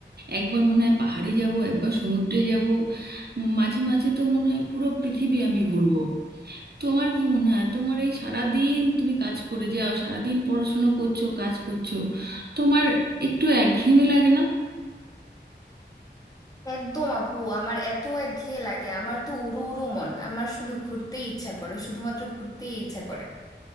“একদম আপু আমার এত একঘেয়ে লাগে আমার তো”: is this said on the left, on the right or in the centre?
Left